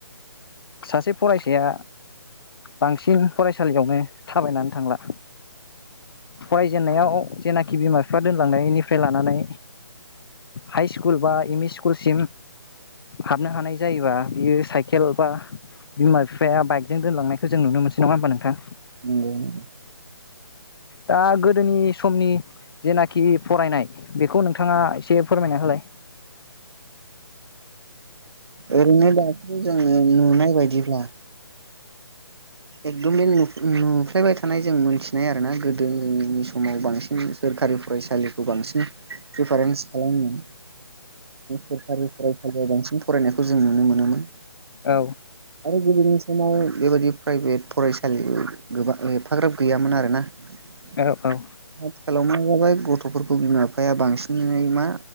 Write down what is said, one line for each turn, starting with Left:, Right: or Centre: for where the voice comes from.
Left: सासे फरायसाया बांसिन फरायसालियावनो थाबायनानै थांला फरायजेननायाव जेनाखि बिमा बिफा दोनलांनायनिफ्राय लानानै हाइ स्कुल बा एम इ स्कुलसिम हाबनो हानाय जायोबा बियो साइकेल बा बिमा बिफाया बाइकजों दोनलांनायखौ जों नुनो मोनसै नङा ह होनबा नोंथां
Right: नंगौ नोंथां
Left: दा गोदोनि समनि जेनाखि फरायनाय बेखौ नोंथाङा एसे फोरमायना होलाय
Right: ओरैनो दाथ जोङो नुनाय बायदिब्ला एकदम नुफ्लायबाय थानाय जों मोनथिनाय आरोना गोदोनि समाव बांसिन सोरखारि फरायसालिखौ बांसिन पदिफारेन्स खालामोन सोरखारि फरायसालियाव बांसिन फरायनायखौ जों नुनो मोनोमोन
Left: औ
Right: आरो गोदोनि समाव बेबायदि प्राइभेट फरायसालि गोबां एफाग्राब गैयामोन आरोना आथिखालाव
Left: औ औ
Right: मा जाबाय ग गथ'फोरखौ बिमा बिफाया बांसिनै मा